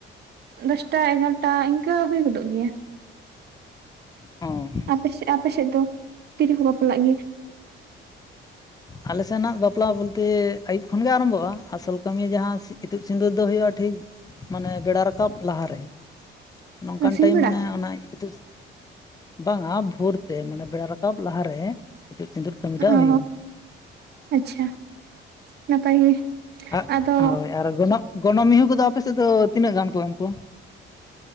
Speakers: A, on the right; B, on the left.
A: ᱫᱚᱥᱴᱟ ᱮᱜᱟᱨᱚᱴᱟ ᱤᱱᱠᱟᱹ ᱦᱩᱭ ᱜᱚᱫᱚᱜ ᱜᱮᱭᱟ᱾
B: ᱚ᱾
A: ᱟᱯᱮ ᱟᱯᱮ ᱥᱮᱫ ᱫᱚ ᱛᱤᱨᱮᱠᱚ ᱵᱟᱯᱞᱟᱜ ᱜᱮᱭᱟ?
B: ᱟᱞᱮ ᱥᱮᱱᱟᱜ ᱵᱟᱯᱞᱟ ᱵᱚᱞᱛᱮ ᱟᱹᱭᱩᱵ ᱠᱷᱚᱱ ᱜᱮ ᱟᱨᱟᱢᱵᱷᱚᱜᱼᱟ, ᱟᱥᱚᱞ ᱠᱟᱹᱢᱤ ᱡᱟᱦᱟᱸ ᱤᱛᱩᱫ ᱥᱤᱸᱫᱩᱨ ᱫᱚ ᱦᱩᱭᱩᱜᱼᱟ, ᱴᱷᱤᱠ ᱢᱟᱱᱮ ᱵᱮᱲᱟ ᱨᱟᱠᱟᱵ ᱨᱟᱠᱟᱵ ᱞᱟᱦᱟᱨᱮ ᱱᱚᱝᱠᱟᱱ
A: ᱥᱤᱧ
B: ᱴᱟᱭᱤᱢ
A: ᱵᱮᱲᱟ
B: ᱢᱟᱱᱮ ᱚᱱᱟ ᱤᱛᱩᱫ ᱵᱟᱝᱟ ᱵᱷᱳᱨ ᱛᱮ ᱢᱟᱱᱮ ᱵᱮᱲᱟ ᱨᱟᱠᱟᱵ ᱞᱟᱦᱟᱨᱮ ᱦᱤᱛᱩᱛ ᱥᱤᱸᱫᱩᱨ ᱠᱟᱹᱢᱤᱴᱟᱜ
A: ᱚ
B: ᱦᱩᱭᱩᱜᱼᱟ
A: ᱟᱪᱪᱷᱟ ᱱᱟᱯᱟᱭ ᱜᱮ᱾
B: ᱟᱜ
A: ᱟᱫᱚ
B: ᱦᱳᱭ ᱟᱨ ᱜᱚᱱᱚᱜ ᱜᱚᱱᱚᱜ ᱢᱤᱦᱩ ᱠᱚᱫᱚ ᱟᱯᱮᱥᱮᱫ ᱫᱚ ᱛᱤᱱᱟᱹᱜ ᱜᱟᱱ ᱠᱚ ᱮᱢ ᱠᱚᱣᱟ?